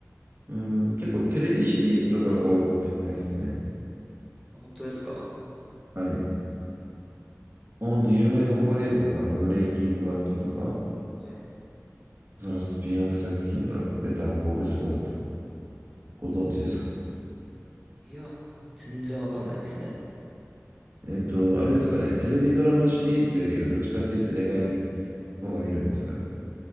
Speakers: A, on the right; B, in the centre.
A: うん、結構テレビシリーズとかが多いかもしれないですね。
B: あ、本当ですか
A: はい。本当有名どこで言うと、あの、ブレイキングバッドとか、
B: はい。
A: そのスピンオフ作品のベターコールソウルとか、ご存知ですか
B: いや、全然わかんないですね。
A: えっと、あれですかね、テレビドラマシリーズよりはどっちかっていうと映画に方が見るんですかね。